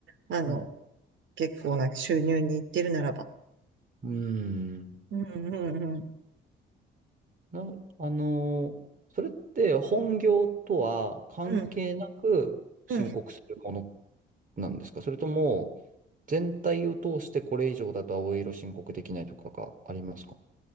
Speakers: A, on the right; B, on the right.
A: あの、
B: うん。
A: 結構な収入にいってるならば。
B: うん
A: うん、うん、うん。
B: な、あのーそれって本業とは関係なく申告するもの
A: うん、うん。
B: なんですかそれとも全体を通してこれ以上だと青色申告できないとかがありますか